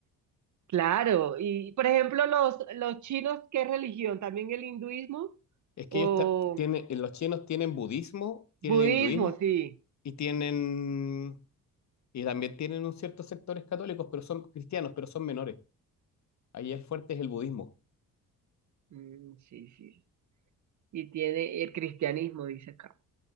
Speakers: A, on the right; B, on the left.
A: Claro, y por ejemplo, los, los chinos, ¿qué religión? ¿También el hinduismo?
B: Es que
A: ¿O
B: ellos ta- tienen, los chinos tienen budismo, tienen
A: budismo?
B: hinduismo
A: Sí.
B: y tienen... Y también tienen un ciertos sectores católicos, pero son cristianos, pero son menores. Ahí el fuerte es el budismo.
A: Mm, sí, sí. Y tiene el cristianismo, dice acá.